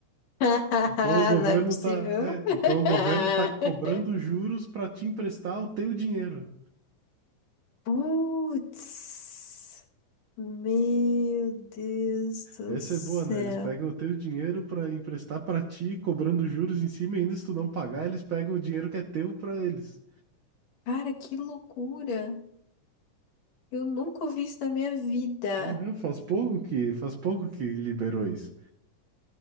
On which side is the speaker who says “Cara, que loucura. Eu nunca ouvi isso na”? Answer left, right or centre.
Left